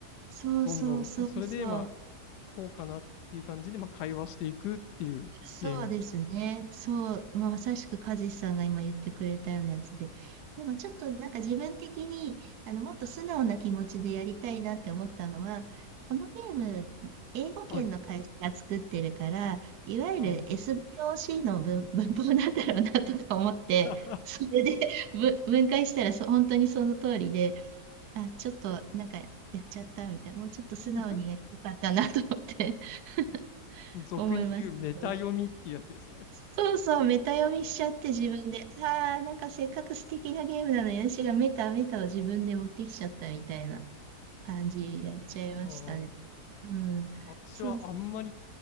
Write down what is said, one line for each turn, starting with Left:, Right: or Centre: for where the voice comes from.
Right: そうそうそうそう。
Left: どんどん、まあ、それで、まあ、こうかなっていう感じで、まあ、会話していくっていうゲーム。
Right: そうですね。そう、まあまさしく和志さんが今言ってくれたようなやつで。でもちょっとなんか自分的にあのもっと素直な気持ちでやりたいなって思ったのは、このゲーム、英語圏の会社が作ってるから、
Left: はい。
Right: いわゆる
Left: あ
Right: SBOC の文、<laughs> 文法なんだろうなとか思って、
Left: ー。<laughs>
Right: それで <laughs> ぶ分解したらそ本当にその通りで、あ、ちょっとなんかやっちゃったみたいな、もうちょっと素直にやりたかったなと思って
Left: <laughs>
Right: <laughs>
Left: 俗に言うメタ読みっていうやつですよね。
Right: 思いましたけど。そうそう、メタ読みしちゃって自分で。ああ、なんかせっかく素敵なゲームなのに、私がメタメタを自分で持ってきちゃったみたいな感じやっちゃいましたね。
Left: あー
Right: うん。
Left: 私はあんまり
Right: そう。